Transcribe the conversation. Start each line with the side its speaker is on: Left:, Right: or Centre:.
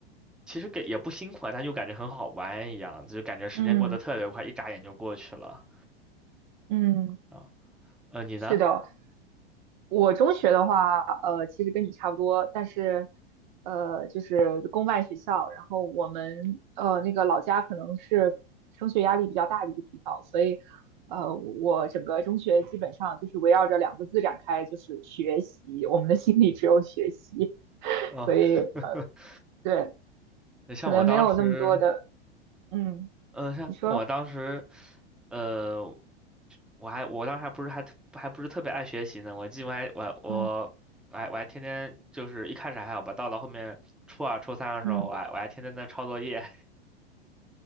Centre: 其实给也不辛苦啊，但又感觉很好玩一样，就感觉时间过得特别快，
Right: 嗯
Centre: 一眨眼就过去了
Right: 嗯，
Centre: 啊。呃，你呢？
Right: 是的。我中学的话，呃，其实跟你差不多，但是，呃，就是公办学校，然后我们呃那个老家可能是升学压力比较大的一个地方，所以，呃，我整个中学基本上就是围绕着两个字展开，就是学习，我们的心里只有学习，
Centre: 哦，
Right: 所以，
Centre: <laughs>
Right: 对，
Centre: 那像我当时，
Right: 可能没有那么多的，嗯，
Centre: 嗯、像像我当时，
Right: 你说，
Centre: 呃，我还我当时还不是还特还不是特别爱学习呢，我记得我还我我
Right: 嗯。
Centre: 我还我还天天就是一开始还好吧，到了后面初二初三的时候，
Right: 嗯。
Centre: 我还我还天天在抄作业，